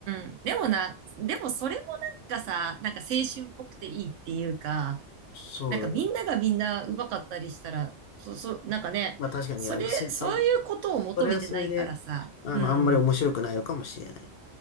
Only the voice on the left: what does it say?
そうだね。
まあ、確かに、
あの、せ、
あん、それはそれで、あの、
あんまり面白くないのかもしれない。